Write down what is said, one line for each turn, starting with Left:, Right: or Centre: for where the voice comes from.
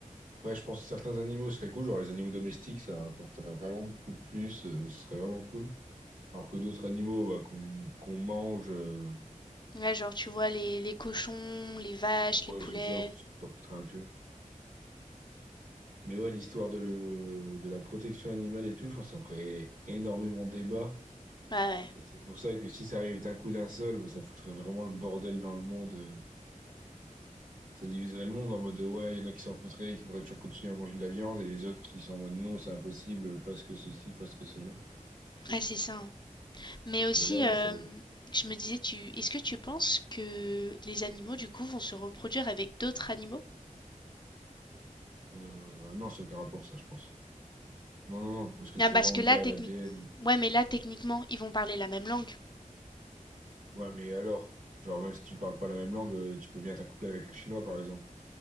Right: Ouais, je pense que certains animaux seraient cool, genre les animaux domestiques, ça apporterait vraiment beaucoup de plus, euh, ce serait vraiment cool. Alors que d'autres animaux, bah, qu'on qu'on mange, euh,
Left: Ouais, genre, tu vois, les, les cochons, les vaches, les
Right: ouais,
Left: poulets.
Right: c'est ça, ça coûterait un peu. Mais ouais, l'histoire de, le- de la protection animale et tout, je pense que ça ferait énormément de débat.
Left: Ouais, ouais.
Right: Et c'est pour ça que si ça arrive d'un coup d'un seul, bah, ça foutrait vraiment le bordel dans le monde. euh, Ça diviserait le monde en mode ouais, il y en a qui s'en foutraient, qui pourraient toujours continuer à manger de la viande, et les autres qui sont en mode non, c'est impossible, parce que ceci, parce que cela.
Left: Ouais, c'est ça. hein. Mais aussi,
Right: Et là, ouais,
Left: euh,
Right: ça vaut.
Left: je me disais, tu, est-ce que tu penses que les animaux, du coup, vont se reproduire avec d'autres animaux?
Right: Euh, non, c'est aucun rapport, ça, je pense. Non, non, non, parce que c'est
Left: Ah, parce
Right: vraiment
Left: que
Right: lié
Left: là,
Right: à
Left: technique...
Right: l'ADN.
Left: Ouais, mais là, techniquement, ils vont parler la même langue.
Right: Ouais, mais alors, genre, même si tu parles pas la même langue, euh, tu peux bien t'accoupler avec un Chinois, par exemple.